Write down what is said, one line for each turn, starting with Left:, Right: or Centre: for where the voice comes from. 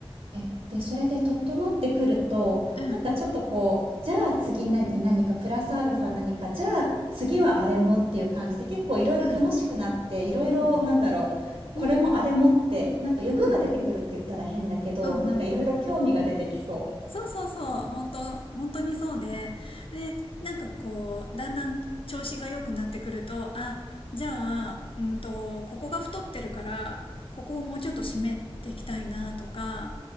Right: え、で、それで整ってくると、
Left: うん、
Right: なんかちょっとこう、じゃあ次なに何かプラスアルファ何か、じゃあ次はあれもっていう感じで結構いろいろ楽しくなって、
Left: うん、
Right: いろいろなんだろう、
Left: うん、
Right: これもあれもって、
Left: うん、うん、
Right: なんか欲が出てくるって言ったら変だけど、
Left: うん、うん、うん、
Right: なんかいろいろ興味が出てきそ
Left: そうそうそう、本当、本当にそうで、で、なんかこう、だんだん調子が良くなってくると、あ、じゃあ、うんと、ここが太ってるから、ここをもうちょっと締めていきたいなとか、